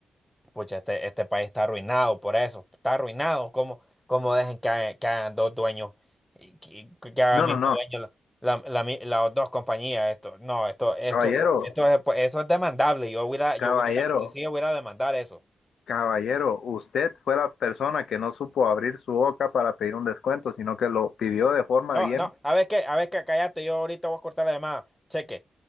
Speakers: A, in the centre; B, on the left.
A: Pucha, este, este país está arruinado por eso, está arruinado. ¿Cómo, cómo dejen que, hagan que hagan dos dueños, y que, que hagan
B: No,
A: el mismo
B: no, no,
A: dueño la- la- la mi- las dos compañías? Esto, no, esto, esto,
B: caballero,
A: esto es, pues, eso es demandable. Yo voy a, yo
B: caballero.
A: voy a ir a la policía, voy a ir a demandar eso.
B: Caballero, usted fue la persona que no supo abrir su boca para pedir un descuento, sino que lo pidió de forma
A: No,
B: bien
A: no, a ver qué, a ver qué, cállate, yo ahorita voy a cortar la llamada. Cheque.